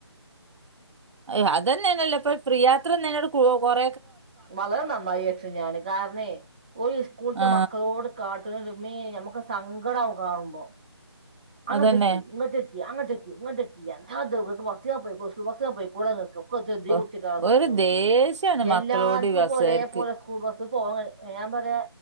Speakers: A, on the right; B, on the right.
A: അ അതന്നെ തന്നല്ലേ ഇപ്പൊ പ്രിയയാത്രട് കൊറ
B: വളരെ നന്നായി ചച്ചു ഞാന് കാരണേ ഒരു സ്കൂളത്തെ
A: ആ
B: മക്കളോട് കാട്ട <unintelligible> നമ്മുക്ക് സങ്കടവും കാണുമ്പോ അങ്ങത്തക്ക്
A: അതന്നെ
B: ഇങ്ങത്ത- ക്കി അങ്ങട്ടിക്കി ഇങ്ങട്ടിക്കി എന്താ ദ് ബ പോയി ബസ് ങ പോയികൂടെ ങ്ങക്ക് ക്കെ എത്തിനാ ഇദീ
A: ഓ
B: കുത്തിക്കേറാൻ നിക്ക്ണോയ്ച്ചും.
A: ഒരു ദേഷ്യാണ്
B: എല്ലാർക്കും
A: മക്കളോട് ഈ ബസ്സുകാർക്ക്.
B: ഇപ്പൊ ഒരേ പോലെ സ്കൂൾ ബസ് പോ ഞാൻ പറയാ